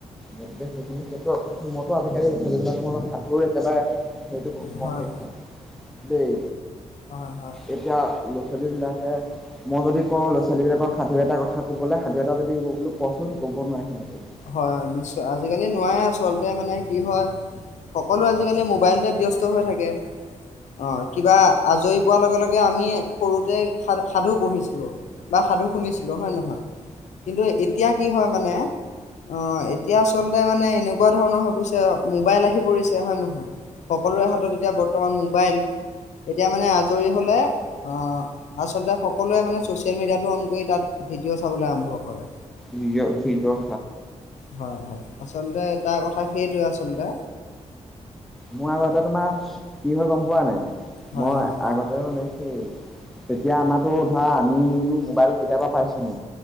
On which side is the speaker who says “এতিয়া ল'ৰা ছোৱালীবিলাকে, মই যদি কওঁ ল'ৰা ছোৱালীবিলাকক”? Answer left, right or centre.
Centre